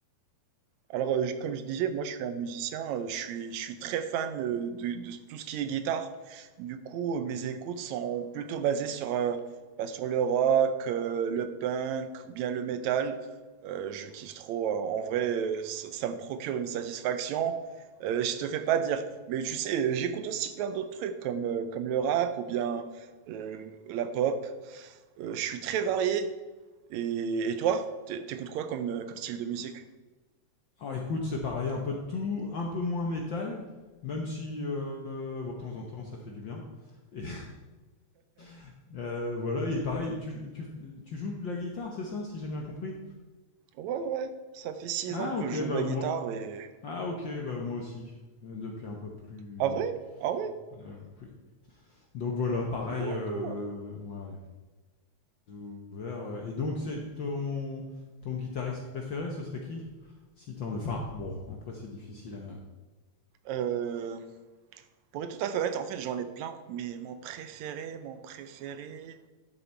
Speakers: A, on the right; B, on the left.
A: Alors, euh, je- comme je disais, moi je suis un musicien, euh, je suis, je suis très fan euh, de, de tout ce qui est guitare. Du coup, euh, mes écoutes sont plutôt basées sur, euh, bah, sur le rock, euh, le punk ou bien le metal. Euh, je kiffe trop. euh, En vrai, euh, ça, ça me procure une satisfaction. Euh, je te fais pas dire. Mais tu sais, euh, j'écoute aussi plein d'autres trucs comme, euh, comme le rap ou bien euh, la pop. Euh, je suis très varié. Et, et toi, t'é- t'écoutes quoi comme, euh, comme style de musique?
B: Alors écoute, c'est pareil, un peu de tout, un peu moins métal, même si euh, de temps en temps ça fait du bien. Et <laughs> euh, voilà, et pareil, tu, tu, tu joues de la guitare, c'est ça, si j'ai bien compris
A: Ouais, ouais, ça fait six
B: Ah
A: ans que
B: ok,
A: je joue
B: bah
A: de la
B: moi,
A: guitare et...
B: ah ok, bah moi aussi, euh, depuis un peu plus.
A: Ah vrai? Ah ouais?
B: euh, plus- Donc voilà, pareil,
A: D'accord.
B: euh, ouais, ouvert. euh, Et donc c'est ton ton guitariste préféré, ce serait qui Si t'en, enfin bon, après c'est difficile à.
A: Euh, pour être tout à fait honnête, en fait j'en ai plein, mais mon préféré, mon préféré...